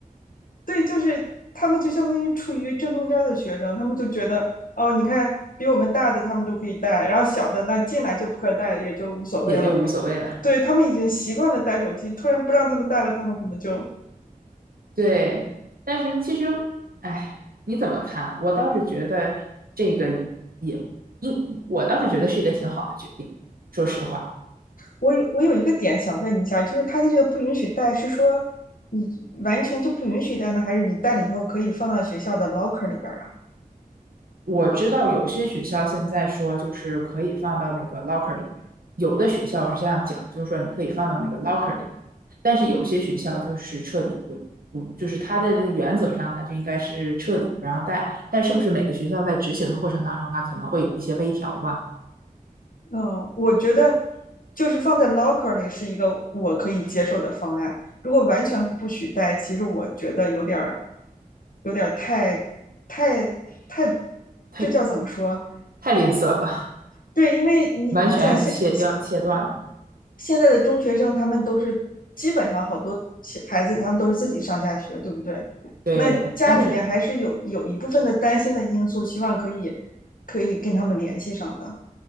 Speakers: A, on the left (about 70°); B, on the right (about 85°).
A: <laughs> 对，就是他们就相当于处于正中间的学生，他们就觉得哦，你看比我们大的他们都可以带，然后小的那进来就不可带，也就无所谓了。
B: 也就无所谓了。
A: 对，他们已经习惯了带手机，突然不让他们带了，他们可能就
B: 对，但是其实，哎，你怎么看？我倒是觉得这个也应，我倒是觉得是一个挺好的决定，说实话。
A: 我有我有一个点想问一下，就是他的这个不允许带，是说你完全就不允许带呢，还是你带了以后可以放到学校的 locker 里边啊？
B: 我知道有些学校现在说就是可以放到那个 locker 里面，有的学校是这样讲，就是说你可以放到那个 locker 里面，但是有些学校就是彻底不，嗯，就是它的原则上它就应该是彻底不让带，但是不是每个学校在执行的过程当中，它可能会有一些微调吧？
A: 嗯，我觉得就是放在 locker 里是一个我可以接受的方案。如果完全不许带，其实我觉得有点儿有点儿太太太，
B: 太
A: 这叫怎么说？
B: 太吝啬了，
A: 对，因为你你想现
B: 完全切掉切断了，
A: 现在的中学生他们都是基本上好多孩子他们都是自己上下学，对不对？
B: 对安全
A: 那家里边还是有有一部分的担心的因素，希望可以可以跟他们联系上的。